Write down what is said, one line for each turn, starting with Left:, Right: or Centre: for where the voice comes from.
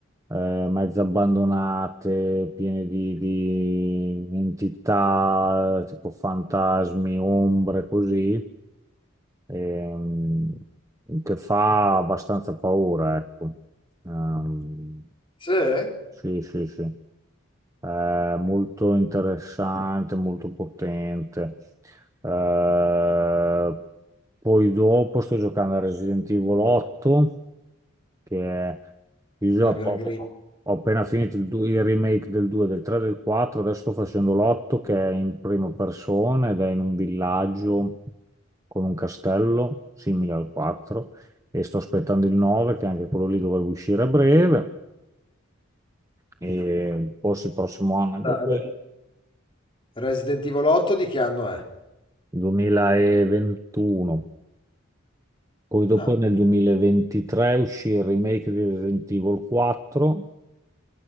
Right: eh, mezze abbandonate, piene di, di entità eh, tipo fantasmi, ombre, così, ehm, che fa abbastanza paura, ecco. Ehm,
Left: Sì? Eh,
Right: sì, sì, sì. eh, molto interessante, molto potente. Eh, poi dopo sto giocando a Resident Evil otto, che è- io già
Left: Evergreen.
Right: ho, ho appena finito il, due- il remake del 2, del 3, del 4, adesso sto facendo l'8 che è in prima persona ed è in un villaggio con un castello simile al 4 e sto aspettando il 9 che anche quello lì dovrebbe uscire a breve e forse il prossimo anno anche
Left: Re-
Right: quello.
Left: Resident Evil 8 di che anno è?
Right: 2021. Poi dopo
Left: Ah.
Right: nel 2023 uscì il remake di Resident Evil 4